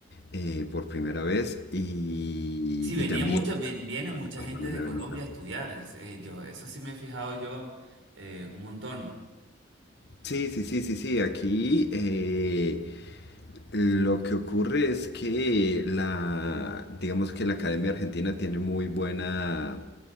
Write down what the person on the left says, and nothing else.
eh, por primera vez y,
y también
personas
de
Venezuela.
Sí, sí, sí, sí, sí, aquí... eh, Lo que ocurre es que la, digamos que la Academia Argentina tiene muy buena,